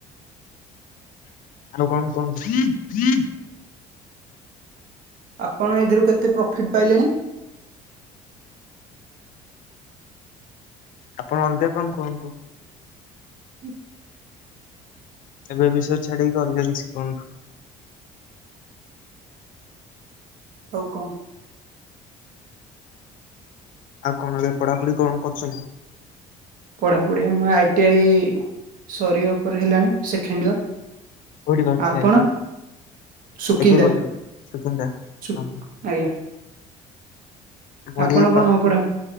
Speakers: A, on the left (about 60°); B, on the right (about 65°).
A: ଆଉ କଣ କୁହନ୍ତୁ?
B: ଆପଣ ଏଇଥିରୁ କେତେ ପ୍ରଫିଟ୍ ପାଇଲେଣି?
A: ଆପଣ ଅଲଗା କଣ କୁହନ୍ତୁ।
B: ହୁଁ।
A: ଏବେ ଏଇ ବିଷୟ ଛାଡିକି ଅଲଗା କିଛି କୁହନ୍ତୁ।
B: ହଉ କଣ
A: ଆଉ କଣ ଏବେ ପଢାପଢି କଣ କରୁଛନ୍ତି?
B: ପଢ଼ାପଢି ଆମ ଆଇଟି ଆଇ ସରିିବା ଉପରେ ହେଲାଣି ସେଖେଣ୍ଡ ଇୟର।
A: କୋଉଠି କରିଥିଲେ
B: ଆପଣ
A: I T I I
B: Sukinda
A: T ଆଇ କୋଉଠି କରି ସୁକିନ୍ଦା
B: ସୁ
A: ହ ହଁ।
B: ଆଜ୍ଞା।
A: ମୋରି
B: ଆପଣ
A: ଏଇ ପ୍ଲଷ
B: କଣ
A: ଟୁ
B: ପଢା